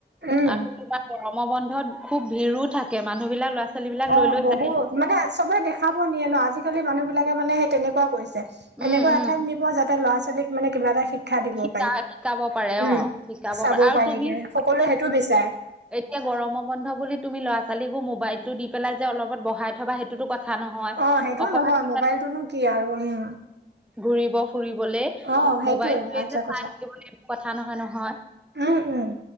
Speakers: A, on the right; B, in the centre.
A: উম
B: আৰু তোমাৰ গৰম বন্ধত খুব ভিৰো থাকে মানুহ বিলাক ল'ৰা ছোৱালী বিলাক
A: অ'
B: লৈ লৈ
A: বহুত
B: যায় ন
A: মানে চবে দেখাব নিয়ে ন আজিকালি মানুহ বিলাকে মানে সেই তেনেকুৱা কৰিছে।
B: উম
A: এনেকুৱা
B: উম
A: এঠাইত নিব যাতে ল'ৰা ছোৱালক মানে কিবা এটা শিক শিক্ষা দিব
B: শিকা
A: পাৰি
B: শিকাব পাৰে
A: উম
B: অ শিকাব
A: চাব
B: পাৰে আৰু
A: পাৰি
B: তুমি
A: <unintelligible>
B: চাবাচোন
A: সকলোৱে সেইটো বিচাৰে।
B: এতিয়া গৰমৰ বন্ধ বুলি তুমি ল'ৰা ছোৱালীকো মোবাইলটো দি পেলাই যে অলপত বহাই থবা সেইটো টোতো কথা নহয়,
A: অ সেইটো
B: অকমান
A: নহয়
B: <unintelligible>
A: মোবাইলটোনো কি আৰু উম
B: ঘুৰিব ফুৰিবলে
A: অ সেইটোয়ে
B: মোবাইলটোৱে
A: আজা
B: চাই
A: কথা
B: থাকিব লাগিব কথা নহয় নহয়।
A: উম উম